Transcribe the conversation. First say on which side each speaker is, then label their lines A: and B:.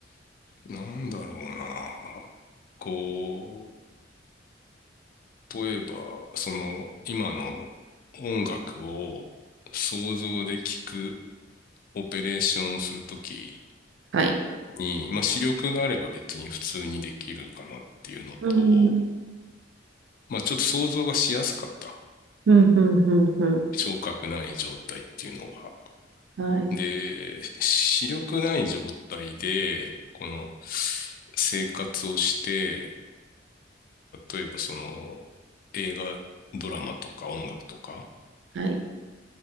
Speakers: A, on the left; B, on the right.
A: なんだろうな。こう、例えば、その、今の音楽を想像で聞くオペレーションをするとき
B: はい。
A: に、まあ視力があれば別に普通にできるかなっていうのと、
B: うん。
A: まあちょっと想像がしやすかった。
B: うん、うん、うん、うん。
A: 聴覚ない状態っていうのが。
B: はい。
A: で、視力ない状態で、この生活をして、例えばその映画、ドラマとか音楽とか
B: はい。